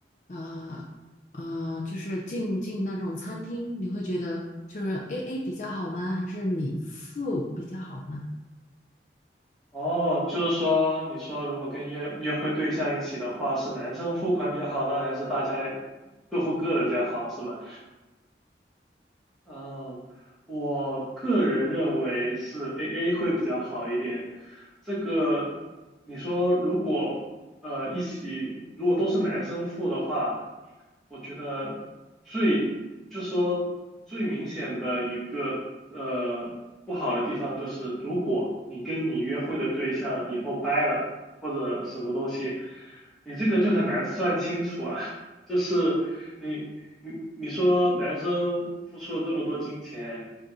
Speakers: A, on the left; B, in the centre.
A: 呃呃，就是进进那种餐厅，你会觉得就是 AA 比较好呢，还是你付比较好呢？
B: 哦，就是说，你说如果跟约约会对象一起的话，是男生付款比较好呢，还是大家各付各的比较好，是吧？嗯，我个人认为是 AA 会比较好一点。这个，你说如果呃一起，如果都是男生付的话，我觉得最就说最明显的一个呃不好的地方就是，如果你跟你约会的对象以后掰了或者什么东西，你这个就很难算清楚啊。<laughs> 就是你你你说男生付出了这么多金钱，